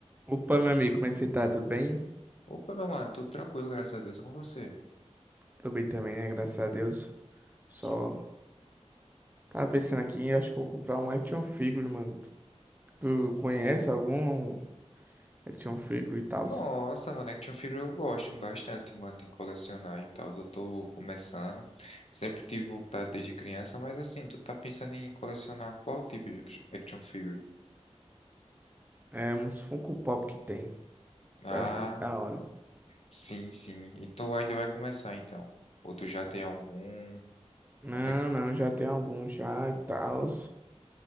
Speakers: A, on the right (about 15°); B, on the left (about 65°).
A: Opa, meu amigo, como é que você tá? Tudo bem?
B: Opa, meu mano, tudo tranquilo, graças a Deus, é com você.
A: Tô bem também, né? Graças a Deus. Só
B: Que bom.
A: tava pensando aqui, eu acho que eu vou comprar um action figure, mano. Tu conhece algum action figure e tal?
B: Nossa, mano, action figure eu gosto bastante, mano, de colecionar e tal. Eu tô começando. Sempre tive vontade desde criança, mas assim, tu tá pensando em colecionar qual tipo de act- action figure?
A: É, uns Funko Pop que tem.
B: Ah,
A: Eu acho muito da hora.
B: sim, sim. E tu ainda vai começar, então. Ou tu já tem algum?
A: Não,
B: Como é que
A: não,
B: tá?
A: já tem alguns já e tal.